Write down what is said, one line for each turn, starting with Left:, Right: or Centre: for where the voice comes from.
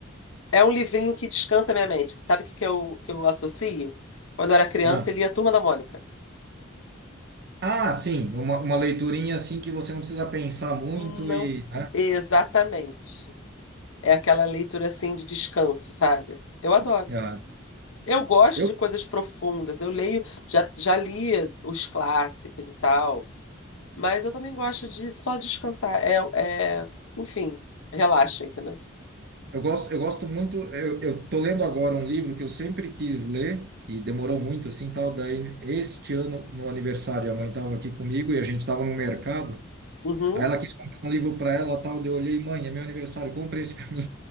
Left: é um livrinho que descansa minha mente. Sabe o que, que eu, que eu associo? Quando eu era criança
Right: Ah,
Left: e lia Turma da Mônica.
Right: Ah, sim, uma, uma leiturinha assim que você não precisa pensar muito
Left: Não,
Right: e... né?
Left: exatamente. É aquela leitura assim de descanso, sabe? Eu adoro.
Right: Ah.
Left: Eu gosto
Right: Eu
Left: de coisas profundas. Eu leio, já, já li os clássicos e tal. Mas eu também gosto de só descansar. É, é... Enfim, relaxa, entendeu?
Right: Eu gosto, eu gosto muito. Eu, eu tô lendo agora um livro que eu sempre quis ler e demorou muito, assim, tal. Daí, este ano, no aniversário, a mãe estava aqui comigo e a gente estava no mercado.
Left: Uhum.
Right: Aí ela quis comprar um livro para ela, tal. Daí eu olhei, mãe, é meu aniversário, compra esse para mim.